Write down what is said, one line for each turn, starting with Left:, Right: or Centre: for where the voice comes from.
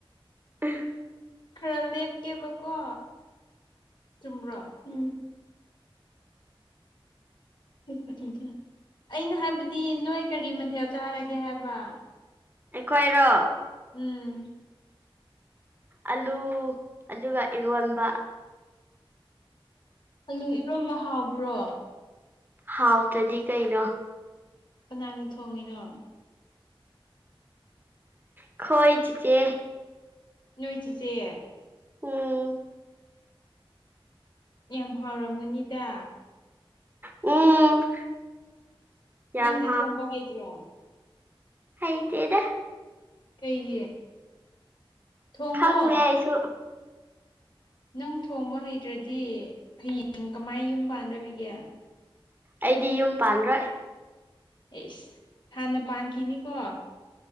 Right: ꯎꯝ
Left: ꯈꯔ ꯂꯦꯞꯀꯦꯕꯀꯣ ꯆꯨꯝꯕ꯭ꯔꯣ ꯎꯝ ꯊ ꯊꯦꯡꯨ ꯑꯩꯅ ꯍꯥꯏꯕꯗꯤ ꯅꯣꯏ ꯀꯔꯤ ꯃꯊꯦꯜ ꯆꯥꯔꯒꯦ ꯍꯥꯏꯕ
Right: ꯑꯩꯈꯣꯏꯔꯣ
Left: ꯎꯝ
Right: ꯑꯂꯨ ꯑꯗꯨꯒ ꯏꯔꯣꯟꯕ
Left: ꯑꯂꯨ ꯏꯔꯣꯝꯕ ꯍꯥꯎꯕ꯭ꯔꯣ
Right: ꯍꯥꯎꯇꯔꯗꯤ ꯀꯩꯩꯅꯣ
Left: ꯀꯅꯥꯅ ꯊꯣꯡꯉꯤꯅꯣ
Right: ꯈꯣꯏ ꯆꯤꯆꯦ
Left: ꯅꯣꯏ ꯆꯤꯆꯦ
Right: ꯎꯝ
Left: ꯌꯥꯝ ꯍꯥꯎꯔꯝꯒꯅꯤꯗ
Right: ꯎꯝ ꯌꯥꯝ
Left: ꯅꯪꯗꯤ ꯊꯣꯡꯕ ꯍꯩꯇ꯭ꯔꯣ
Right: ꯍꯩ ꯇꯦꯗ
Left: ꯀꯩꯒꯤ ꯊꯣꯡꯉꯣ
Right: ꯈꯪꯗꯦ ꯑꯩꯁꯨ
Left: ꯅꯪ ꯊꯣꯡꯕ ꯍꯩꯇ꯭ꯔꯗꯤ ꯍꯌꯦꯡ ꯀꯃꯥꯏ ꯌꯨꯝ ꯄꯥꯟꯒꯗꯔꯤꯒꯦ
Right: ꯑꯩꯗꯤ ꯌꯨꯝ ꯄꯥꯟ‌ꯔꯣꯏ
Left: ꯑꯦꯁ ꯍꯥꯟꯅ ꯄꯥꯟꯈꯤꯅꯤꯀꯣ